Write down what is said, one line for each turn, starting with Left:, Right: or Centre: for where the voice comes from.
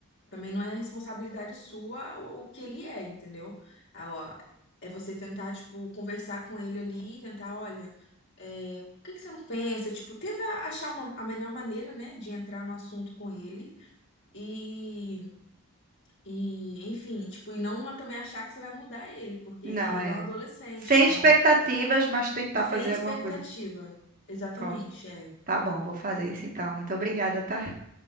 Left: também não é responsabilidade sua o, o que ele é, entendeu? Ah, ó, é você tentar, tipo, conversar com ele ali, tentar, olha, é, por que que você não pensa? Tipo, tenta achar uma, a melhor maneira, né, de entrar no assunto com ele e, e, enfim, tipo, e não também achar que você vai mudar ele, porque
Right: Não,
Left: ele
Right: é.
Left: é um adolescente,
Right: Sem
Left: então,
Right: expectativas, mas tentar
Left: sem
Right: fazer
Left: expectativa.
Right: alguma coisa.
Left: Exatamente,
Right: Pronto.
Left: é.
Right: Tá bom, vou fazer isso então. Muito obrigada, tá?